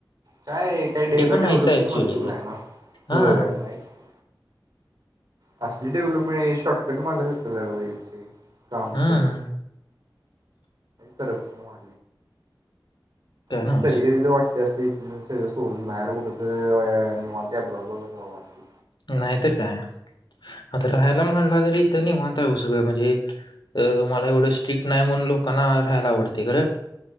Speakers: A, on the right (about 60°); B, on the left (about 65°).
A: काय काही ह्याला
B: पण नाहीच
A: डेव्हलपमेंट
B: आहे ॲक्चुअली
A: म्हणत
B: ते.
A: आहे ना
B: हां,
A: होय नाहो असली डेव्हलपमेंट आहे शॉर्टकट मारल्या सारखं आहे काम
B: हं.
A: सगळी करत नाहो
B: काय नव्हच.
A: नाही कधी कधी तर वाटते असते इ सगळं सोडून कुठे तरी उठत त्या प्रॉब्लेम मुळे
B: नाहीतर काय आता राहायला म्हणलं तरी इथं निवांत आहे ओ सगळं म्हणजे तर तुम्हाला एवढं स्ट्रिक्ट नाही म्हणून लोकांना राहायला आवडते खरं